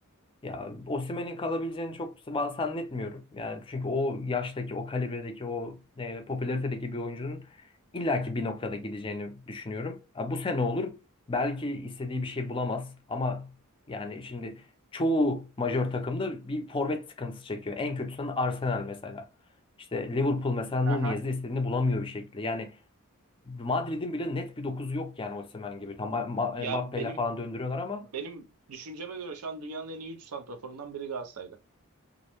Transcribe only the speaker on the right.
Aha.
Ya
benim
benim düşünceme göre şu an dünyanın en iyi 3 santraforundan biri Galatasaray'da.